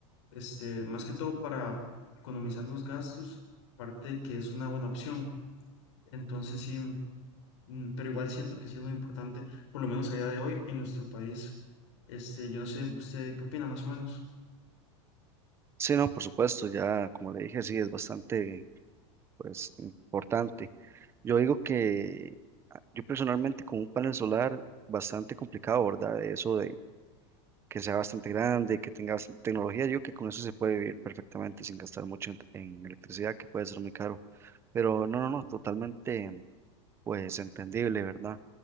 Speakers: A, on the left; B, on the right.
A: este, más que todo para economizar los gastos, parte de que es una buena opción. Entonces sí, mm, mm, pero igual siento que sí es muy importante, por lo menos a día de hoy en nuestro país. Este, yo no sé, ¿usted qué opina más o menos?
B: Sí, no, por supuesto, ya como le dije, sí, es bastante, pues, importante. Yo digo que ah, yo personalmente con un panel solar bastante complicado, ¿verdad? Eso de que sea bastante grande, que tenga bastante tecnología, yo digo que con eso se puede vivir perfectamente sin gastar mucho en, en electricidad, que puede ser muy caro. Pero no, no, no, totalmente, pues, entendible, ¿verdad?